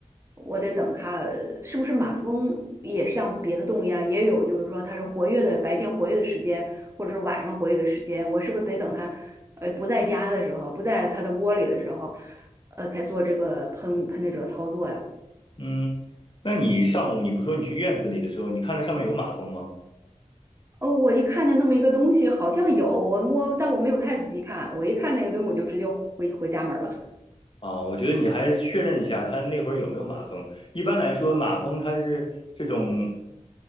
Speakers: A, on the right; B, on the left.
A: 我得等它呃是不是马蜂也像别的动物一样，也有就是说它是活跃的白天活跃的时间，或者是晚上活跃的时间，我是不是得等它呃不在家的时候，不在它的窝里的时候，呃才做这个喷喷的这个操作呀？
B: 嗯，那你上午你不说你去院子里的时候，你看那上面有马蜂吗？
A: 哦，我一看见那么一个东西，好像有我我，但我没有太仔细看。我一看那个东西，我就直接回回家门儿了。
B: 啊，我觉得你还是确认一下他那会儿有没有马蜂。一般来说，马蜂它是这种，